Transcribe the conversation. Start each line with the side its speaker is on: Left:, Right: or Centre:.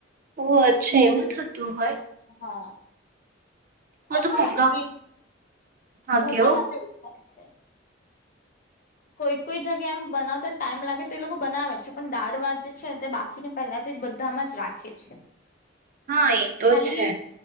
Right: ઓ અચ્છા એવું થતું હોય.
Left: હા.
Right: હું
Left: એમ પણ
Right: તો મોગા
Left: આપડે ફ્રીઝ
Right: હા
Left: બધામાં
Right: કેવું
Left: જેવું થાય. છે. કોઈ કોઈ જગ્યા એમ બનાવતા ટાઈમ લાગે તો એ લોકો બનાવે છે પણ દાળ વાળ જે છે ને તે બાફીને પહેલાથી બધામાં જ રાખે છે.
Right: હા એતો
Left: ખાલી
Right: છે.